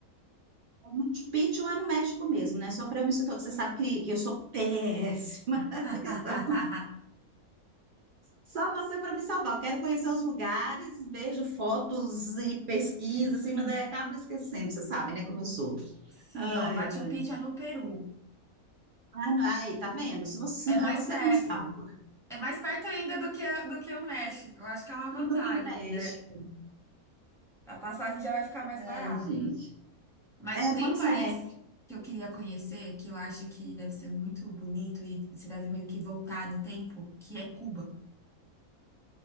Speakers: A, on the right; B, in the centre.
A: É Machu Picchu lá no México mesmo, né? Só para eu me situar, que você sabe que, que eu sou péssima
B: <laughs>
A: <laughs> nessa questão. Só você para me salvar. Eu quero conhecer os lugares, vejo fotos e pesquisa,
B: Sim,
A: assim, mas aí acabo esquecendo. Você sabe, né, como eu sou.
B: sim,
A: Ai,
B: ó. Machu
A: ai.
B: Picchu é no Peru.
A: Ah, não, Aí, tá vendo? Se você,
B: É mais
A: é você
B: perto.
A: que me salva.
B: É mais perto ainda do que, do que o México. Eu acho que é uma vantagem,
A: Do que o México.
B: né? A passagem já vai ficar mais
A: Ai,
B: barata.
A: gente.
B: Mas
A: É,
B: tem
A: pois
B: um país
A: é.
B: que eu queria conhecer, que eu acho que deve ser muito bonito e se deve meio que voltar no tempo, que é Cuba.